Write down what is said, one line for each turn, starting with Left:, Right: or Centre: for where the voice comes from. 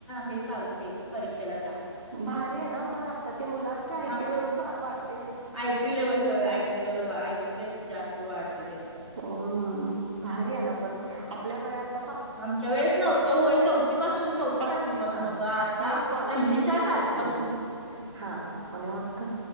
Centre: हे चालू ते परीक्षेला त्या
Right: भारी आहे ना पण आता ते मुलांचे ऐक्य
Centre: हा
Right: लेवल वाढत
Centre: आयक्यू लेव्हल हो आयक्यू लेव्हल आयक्यू टी असते जास्त वाढतोय त्यांचा
Right: हो भारी आहे ना पण आपल्या वेळत
Centre: आमच्या वेळेस नव्हतं होय चौथीपसून चौथी
Right: पाच
Centre: पाचवी पासून
Right: हा
Centre: होतं आता
Right: ते स्कॉलरशिप
Centre: पहिलीच्याच
Right: तेवढंच
Centre: आधी
Right: की
Centre: पासून
Right: हा म्हणे होत